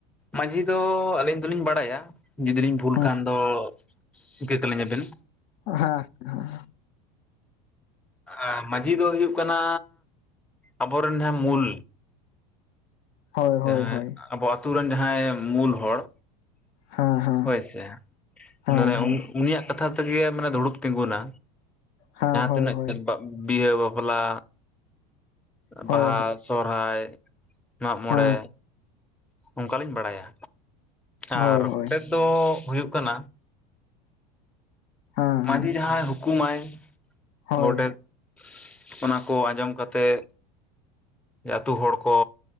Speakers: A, in the centre; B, on the left.
A: ᱢᱟᱹᱡᱷᱤ ᱫᱚ ᱟᱹᱞᱤᱧ ᱫᱚᱞᱤᱧ ᱵᱟᱲᱟᱭᱟ ᱡᱩᱫᱤ ᱞᱤᱧ ᱵᱷᱩᱞ
B: ᱦᱮᱸ
A: ᱠᱷᱟᱱ ᱫᱚ ᱤᱠᱟᱹ ᱠᱹᱞᱤᱧ ᱟᱵᱮᱱ᱾
B: <unintelligible>
A: ᱟᱸ ᱢᱟᱹᱡᱷᱤ ᱫᱚ ᱦᱩᱭᱩᱜ ᱠᱟᱱᱟ ᱟᱵᱚᱨᱮᱱ ᱡᱟᱦᱟᱸᱭ ᱢᱩᱞ
B: ᱦᱳᱭ
A: ᱡᱟᱦᱟᱸᱭ
B: ᱦᱳᱭ ᱦᱳᱭ
A: ᱟᱵᱚ ᱟᱛᱩᱨᱮᱱ ᱡᱟᱦᱟᱸᱭ ᱢᱩᱞ ᱦᱚᱲ᱾
B: ᱦᱮᱸ ᱦᱮᱸ
A: ᱦᱳᱭ ᱥᱮ
B: ᱦᱮᱸ
A: ᱢᱟᱱᱮ
B: ᱦᱮᱸ
A: ᱩᱱᱤᱭᱟᱜ ᱠᱟᱛᱷᱟ ᱛᱮ ᱛᱮᱜᱮ ᱢᱟᱱᱮ ᱫᱩᱲᱩᱵ ᱛᱤᱸᱜᱩᱱᱟ᱾
B: ᱦᱮᱸ
A: ᱡᱟᱦᱟᱸ
B: ᱦᱳᱭ
A: ᱛᱤᱱᱟᱹᱜ
B: ᱦᱳᱭ
A: ᱵᱤᱦᱟᱹ ᱵᱟᱯᱞᱟ
B: ᱦᱳᱭ
A: ᱵᱟᱦᱟ,
B: ᱦᱳᱭ
A: ᱥᱚᱨᱦᱟᱭ, ᱢᱟᱜᱼᱢᱚᱬᱮ᱾
B: ᱦᱮᱸ
A: ᱚᱱᱠᱟᱞᱤᱧ ᱵᱟᱲᱟᱭᱟ ᱟᱨ
B: ᱦᱳᱭ
A: ᱜᱚᱰᱮᱫ
B: ᱦᱳᱭ
A: ᱫᱚ ᱦᱩᱭᱩᱜ ᱠᱟᱱᱟ
B: ᱦᱮᱸ ᱦᱮᱸ
A: ᱢᱟᱹᱡᱷᱤ ᱡᱟᱦᱟᱸᱭ ᱦᱩᱠᱩᱢᱟᱭ
B: ᱦᱳᱭ
A: ᱜᱚᱰᱮᱛ ᱚᱱᱟ ᱠᱚ ᱟᱸᱡᱚᱢ ᱠᱟᱛᱮᱫ ᱡᱮ ᱟᱹᱛᱩ ᱦᱚᱲ ᱠᱚ